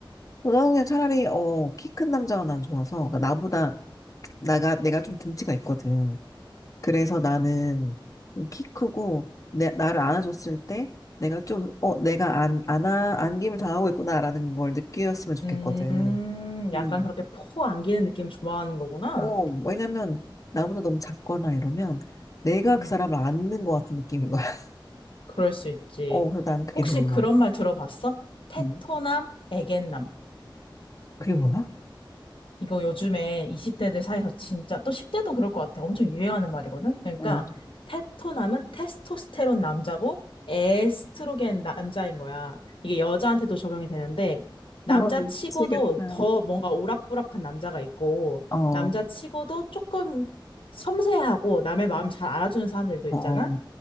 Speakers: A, on the left; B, on the left.
A: 고등학년 차라리 어 키 큰 남자가 난 좋아서 그러니까 나보다 나가 내가 좀 등치가 있거든. 그래서 나는 좀키 크고 내 나를 안아줬을 때 내가 좀 어 내가 안 안아 안김을 당하고 있구나라는 걸 느꼈으면 좋겠거든.
B: 음, 약간
A: 음.
B: 그렇게 포 안기는 느낌 좋아하는 거구나.
A: 어 왜냐면 나보다 너무 작거나 이러면 내가
B: 음,
A: 그 사람을 안는 것 같은 느낌인 거야. <laughs>
B: 그럴 수 있지.
A: 어 그래서 나는 그게
B: 혹시
A: 별로야.
B: 그런 말 들어봤어? 테토남,
A: 음.
B: 에겐남.
A: 그게 뭐야?
B: 이거 요즘에 20대들 사이에서 진짜 또 10대도 그럴 것 같아. 엄청 유행하는 말이거든. 그러니까
A: 어
B: 테토남은 테스토스테론 남자고 에스트로겐 남자인 거야. 이게 여자한테도 적용이 되는데 남자
A: 아, 미치겠다.
B: 치고도 더 뭔가 오락부락한 남자가 있고
A: 어,
B: 남자 치고도 조금 섬세하고 남의 마음 잘 알아주는 사람들도
A: 어,
B: 있잖아.